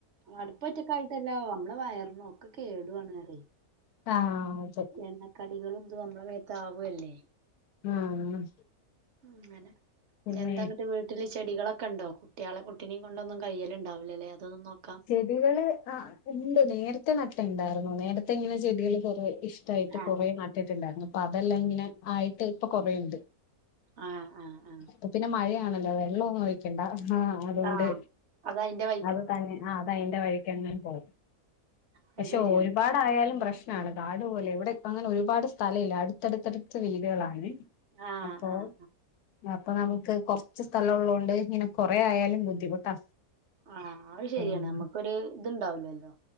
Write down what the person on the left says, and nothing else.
ആഹ് അതെ
ആഹ്
പിന്നെ
ചെടികള് ആഹ് ഇണ്ട് നേരത്തെ നട്ടെ ഇണ്ടായിര്ന്നു നേരത്തെ ഇങ്ങനെ ചെടികള് കൊറേ ഇഷ് ഇഷ്ട്ടായിട്ട്
കൊറേ നാട്ടിട്ട് ഇണ്ടായിരുന്നു അപ്പൊ അതെല്ലാം ഇങ്ങനെ ആയിട്ട് ഇപ്പൊ കൊറേയിണ്ട്
ഇപ്പൊ പിന്നെ മഴയാണല്ലോ വെള്ളം ഒന്നും ഒഴിക്കണ്ട ആഹ് അതുകൊണ്ട്
അത് തന്നെ ആഹ് അത് അയിന്റെ വഴിക്കങ്ങ് പോവും
പക്ഷെ
ഒരുപാട് വലുപ്പായാലും പ്രശ്നാണ് കാട് പോലെ ഇവിടെ ഇപ്പങ്ങനെ ഒരുപാട് സ്ഥലയില്ല അടുത്തടുത്ത് വീടുകളാണെ
അപ്പൊ
അപ്പൊ നമുക്ക് കൊറച്ച് സ്ഥലം ഒള്ളോണ്ട് ഇങ്ങനെ കൊറേ ആയാലും ബുദ്ധിമുട്ടാ
ആഹ്